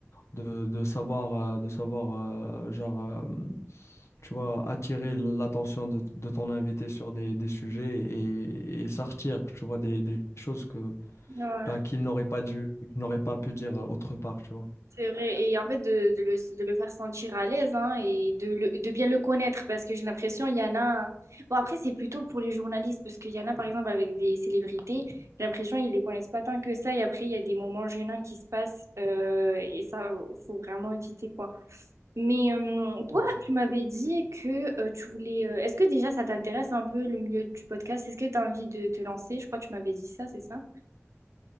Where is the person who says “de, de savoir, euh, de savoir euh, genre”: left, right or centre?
Left